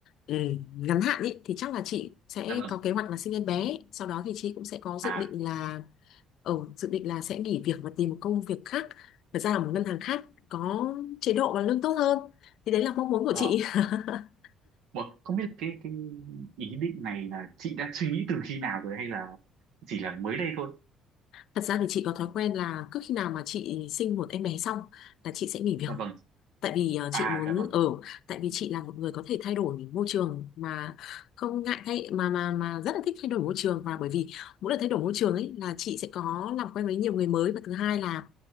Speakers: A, on the left (about 70°); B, on the right (about 75°).
A: ừ, ngắn hạn ý, thì chắc là chị sẽ
B: dạ vâng.
A: có kế hoạch là sinh em bé. Sau đó thì chị cũng sẽ có dự
B: À,
A: định là ở dự định là sẽ nghỉ việc và tìm một công việc khác thật ra là một ngân hàng khác có chế độ và lương tốt hơn thì đấy là mong muốn của
B: ờ.
A: chị <laughs>
B: Ủa, không biết cái cái ý định này là chị đã suy nghĩ từ khi nào rồi hay là chỉ là mới đây thôi?
A: Thật ra thì chị có thói quen là cứ khi nào mà chị sinh một em bé xong là chị sẽ nghỉ việc.
B: Dạ vâng.
A: Tại vì ờ,
B: À,
A: chị muốn
B: dạ vâng.
A: ở, tại vì chị là một người có thể thay đổi môi trường mà không ngại thay mà mà mà rất là thích thay đổi môi trường và bởi vì mỗi lần thay đổi môi trường ấy là chị sẽ có làm quen với nhiều người mới và thứ hai là